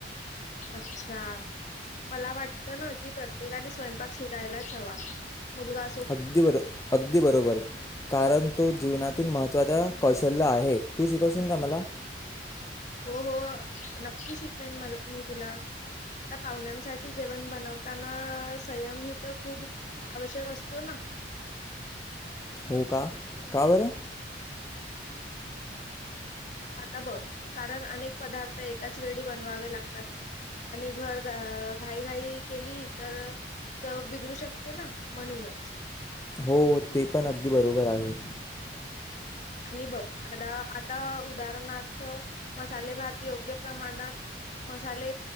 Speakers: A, on the left (about 40°); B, on the left (about 15°).
A: अच्छा. मला वाटत ना की प्रत्येकाने स्वयंपाक शिकायलाच हवा मुलगा अस.
B: अगदी बरो अगदी बरोबर कारण तो जीवनातील महत्त्वाचा कौशल्य आहे तू शिकवशील का मला
A: हो हो नक्की शिकवेन मला मी तुला आता पाहुण्यांसाठी जेवण बनवताना संयम ही तर खूप आवश्यक असतो ना.
B: हो का का बरं.
A: आता बघ कारण अनेक पदार्थ एकाच वेळी बनवावे लागतात. आणि घर घाई घाई केली तर च बिघडू शकते ना म्हणूनच
B: हो ते पण अगदी बरोबर आहे.
A: आणि बघ आता आता उदाहरणार्थ मसाले भात योग्य प्रमाणात मसाले.